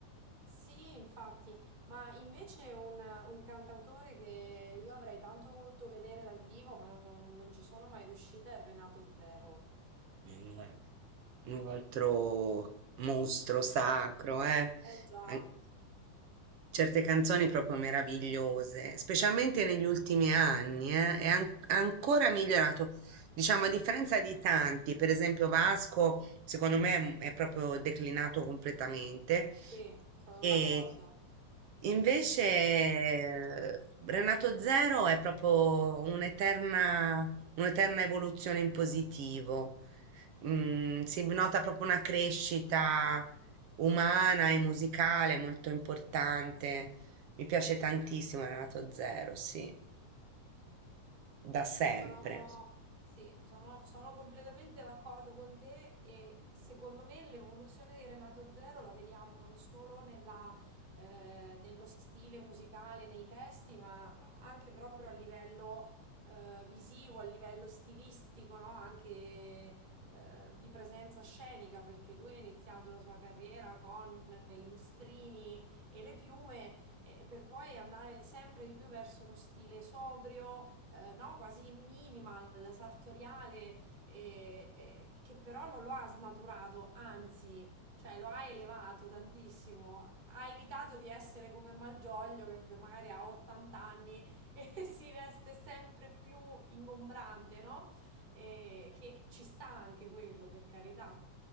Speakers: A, on the right (about 20°); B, on the right (about 60°).
A: sì, infatti, ma invece un, un cantautore che io avrei tanto voluto vedere dal vivo, ma non, non ci sono mai riuscita, è Renato Zero.
B: Eh, un altro mostro sacro, eh.
A: Eh già,
B: An- Certe canzoni proprio meravigliose, specialmente negli ultimi anni, eh, è an- ancora migliorato. Diciamo, a differenza di tanti, per esempio Vasco, secondo me mm, è proprio declinato completamente.
A: sì, sono
B: E
A: d'accordo.
B: invece eh, Renato Zero è proprio un'eterna un'eterna evoluzione in positivo. Mm, si nota proprio una crescita umana e musicale molto importante. Mi piace tantissimo Renato Zero, sì, da sempre.
A: Sono, sì, sono, sono completamente d'accordo con te e secondo me l'evoluzione di Renato Zero la vediamo non solo nella, eh, nello stile musicale, nei testi, ma anche proprio a livello eh, visivo, a livello stilistico, no? Anche eh, di presenza scenica, perché lui ha iniziato la sua carriera con i lustrini e le piume, e per poi andare sempre di più verso uno stile sobrio eh, no, quasi minimal, sartoriale, eh, eh, che però non lo ha snaturato, anzi, cioè lo ha elevato tantissimo, ha evitato di essere come Malgioglio che magari ha 80 anni <laughs> e si veste sempre più ingombrante, no? Eh, che ci sta anche quello, per carità.